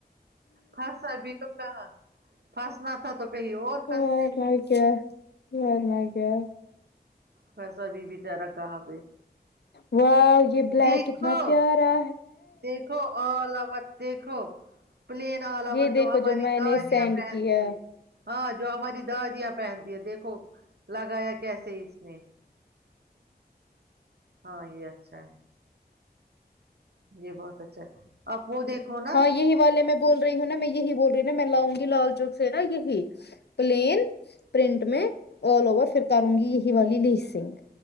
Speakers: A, on the right; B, on the left.
A: پھنسا بھی تو کہا پھنسنا تھا تو کہیں اور پھنستے
B: ہوں وار ن کیا وار ن کیا
A: ویسا بھی بچارہ کہاں پہ
B: و یہ بلیک
A: دیکھو
B: اتنا پیارا
A: دیکھو الاوٹ دیکھو پلین آل اور
B: یہ دیکھو
A: جو ہماری
B: میں
A: دادیاں
B: نے سینڈ
A: پہنتی
B: کیا
A: ہے ہاں جو ہماری دادیاں پہنتی ہے دیکھو لگایا کیسے اس نے ہاں یہ اچھ ہے یہ بہت اچھا ہے اب وہ دیکھو نا
B: ہاں یہی والے میں بول رہی ہوں نا میں یہی بول رہی ہ نا میں لاؤ گی لال چوک سے نا یہی پلین پرنٹ میں آل اوور پھر کروں گی یہی والی لی سنگھ